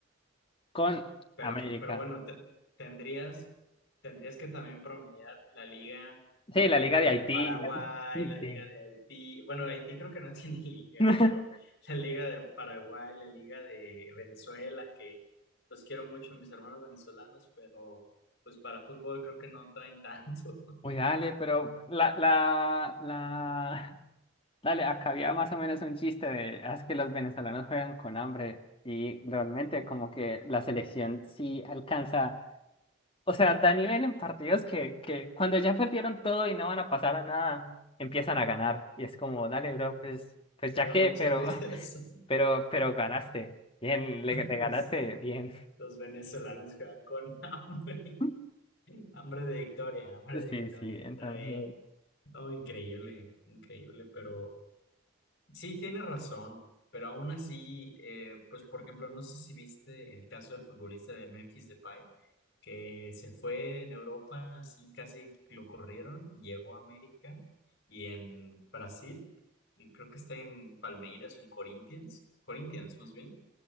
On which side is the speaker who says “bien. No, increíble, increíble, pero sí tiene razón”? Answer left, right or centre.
Left